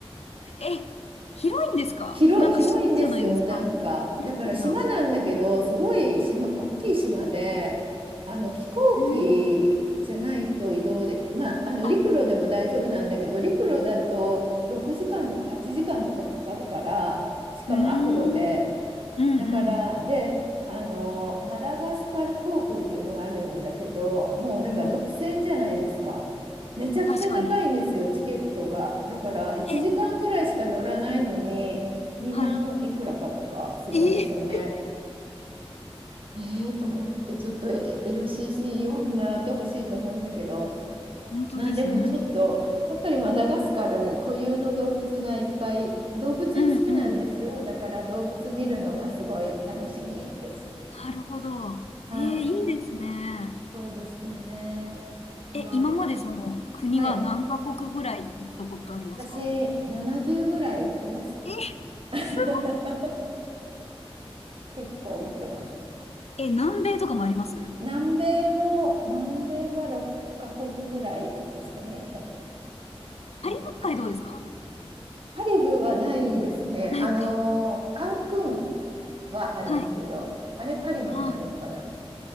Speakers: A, on the left; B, on the right.
A: え、広いんですかなんか島じゃないですか。
B: 広、広いんですよ、なんか。
A: 広いんだ。
B: だから島なんだけど、すごい島、大きい島で、あの飛行機じゃないと移動でき、
A: えー、
B: まあ、あの陸路でも大丈夫なんだけど、
A: あ、
B: 陸路だと6時間とか8時間とかかかるから、しかも悪路で、
A: うーん。うん
B: だから、で、あの、マダガスカル航空っていうのがあるんだけど、もうだから独占じゃないですか。
A: うん。もう、
B: めちゃくちゃ高いんですよ、
A: 確かに。
B: チケットが。だから1時間ぐらいしか乗らないのに、
A: え、
B: 2万いくらかとかするんですよね。
A: はい。えー、
B: ええと思って、ちょっとえ LCC を見習ってほしいと思うんだけど。
A: 本当ですね。
B: まあでもちょっと、やっぱりマダガスカル固有の動物がいっぱい、動物好きなんですよ。
A: うんうん。
B: だから動物見るのがすごい楽しみです。
A: なるほど。
B: はい。
A: えー、いいですね。
B: そうですね。まあ、
A: え、今までその国は何カ国ぐらい行ったことありますか
B: ふはい。私、70ぐらい行ってます。
A: え、
B: <laughs>
A: すご
B: 結構行ってます。
A: いえ、南米とかもあります
B: 南米も、南米は6カ国ぐらいですかね、行ったこと
A: カリブ海どうですか
B: あるの。カリブはないですね。
A: ないか。
B: あのー、カンクンはありますけど、
A: はい。
B: あれカリブになるのかな
A: あ、